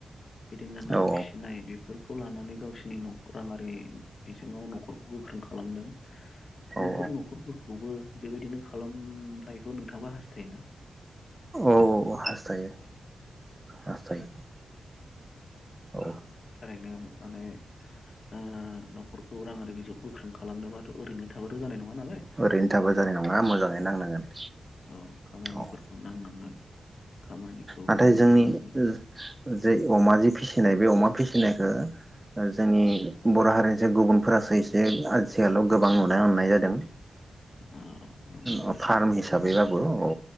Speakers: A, on the left; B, on the right.
A: बिदिनो ना
B: औ
A: फिसिनाय बेफ बेफोरखौ लानानै गावसोरनि नखौ राङारि बिजोङाव न'खर गोख्रों खालामदों बैफोर
B: औ
A: न'खरफोरखौबो बेबायदिनो खालामनायखौ नोंथाङा हास्थायोना
B: औ हास्थायो हास्थायो औ
A: थारैनो माने ओ न'खरखौ रां आरि बिजौ गोख्रों खालामनोबाथ' ओरैनो थाबाथ' जानाय नङा नालाय
B: ओरैनो थाबा जानाय नङा
A: औ
B: मोजाङै
A: औ
B: नांनांगोन
A: औ खामानिफोरखौ
B: औ
A: नांनांगोन खामानिखौ
B: नाथाय
A: मावनो
B: जोंनि
A: रोंनांगोन
B: ओम। जे अमा जे फिसिनाय बे अमा फिसिनायखोओ, जोंनि बर' हारिनिसाय गुबुनफोरासो एसे आथिखालाव गोबां नुनो मोननाय जादों।
A: औ नंगौ
B: ओम
A: आरो
B: फार्म
A: नंगौ
B: हिसाबैबाबो औ।